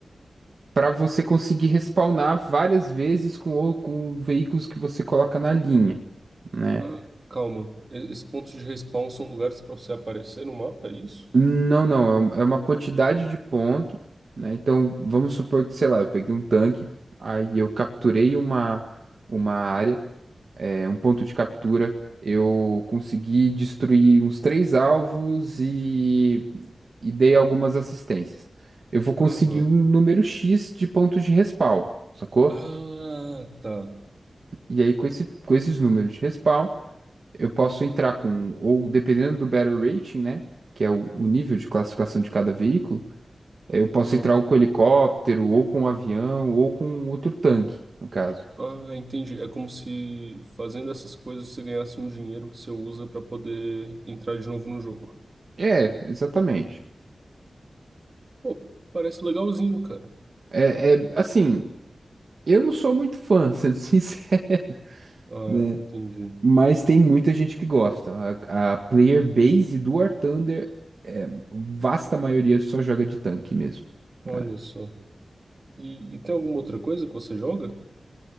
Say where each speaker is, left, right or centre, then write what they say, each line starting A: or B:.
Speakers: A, on the right; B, on the right.
A: para você conseguir respawnar várias vezes com, o- com veículos que você coloca na linha. né?
B: Ah, calma. E- Esses pontos de respawn são lugares para você aparecer no mapa, é isso?
A: Não, não, é um- é uma quantidade de ponto, né? Então, vamos supor que, sei lá, eu peguei um tanque, aí eu capturei uma, uma área, é, um ponto de captura, eu consegui destruir uns três alvos e, e dei algumas assistências. Eu vou conseguir
B: Aham.
A: um número X de pontos de respawn, sacou?
B: Ah, tá.
A: E aí, com esse, com esses números de respawn, eu posso entrar com, ou dependendo do Battle Rating, né? Que é o o nível de classificação de cada veículo Eu posso
B: Ah,
A: entrar ou com helicóptero, ou com um avião, ou com outro tanque, no caso.
B: ah, entendi. É como se fazendo essas coisas você ganhasse um dinheiro que você usa para poder entrar de novo no jogo.
A: É, exatamente.
B: Pô, parece legalzinho, cara.
A: É, é assim, eu não sou muito fã, sendo <laughs> sincero,
B: Ah,
A: né?
B: entendi.
A: Mas tem muita gente que gosta. A, a player base do War Thunder, é, vasta maioria só joga de tanque mesmo,
B: Olha
A: né?
B: só. E, e tem alguma outra coisa que você joga?